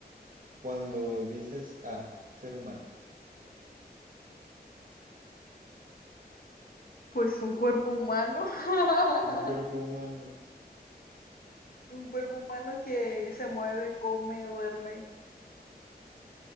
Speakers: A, on the right; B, on the left.
A: cuando dices, ah, ser humano,
B: pues un cuerpo humano, <laughs>
A: un cuerpo humano.
B: un cuerpo humano que se mueve, come, duerme,